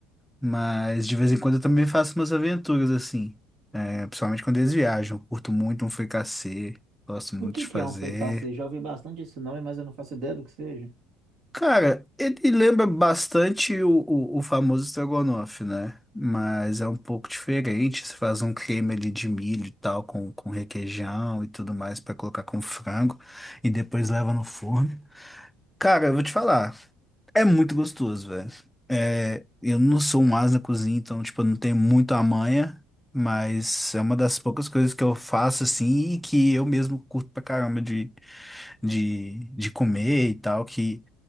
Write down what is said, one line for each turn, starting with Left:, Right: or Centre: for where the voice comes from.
Centre: Mas de vez em quando eu também faço umas aventuras assim. É, principalmente quando eles viajam. Eu Curto muito um fricassê. Gosto muito
Right: O que
Centre: de
Right: que
Centre: fazer.
Right: é um fricassê? Já ouvi bastante esse nome, mas eu não faço ideia do que seja.
Centre: Cara, ele lembra bastante o, o, o famoso estrogonofe, né? Mas é um pouco diferente. Você faz um creme ali de milho e tal, com, com requeijão e tudo mais pra colocar com frango. E depois leva no forno. Cara, eu vou te falar. É muito gostoso, velho. É, eu não sou um ás na cozinha, então, tipo, eu não tenho muito a manha, mas é uma das poucas coisas que eu faço, assim, e que eu mesmo curto pra caramba de, de, de comer e tal, que